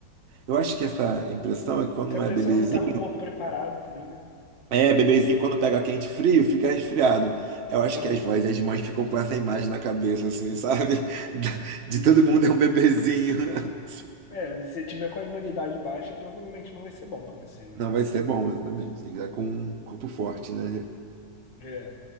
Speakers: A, on the right; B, on the left.
A: Eu acho que essa impressão é que quando
B: Se a pessoa
A: é bebezinho.
B: não tá com o corpo preparado também, né?
A: É,
B: Entendi.
A: bebezinho, quando pega quente e frio, fica resfriado. Eu acho
B: Aham.
A: que as vozes, as mães ficam com essa imagem na cabeça, assim, sabe? <laughs> De
B: Hum.
A: todo mundo é um bebezinho. <laughs>
B: É, se você tiver com a imunidade baixa, provavelmente não vai ser bom pra você, né?
A: Não vai ser bom, exatamente. Tem que estar com um corpo forte, né?
B: É,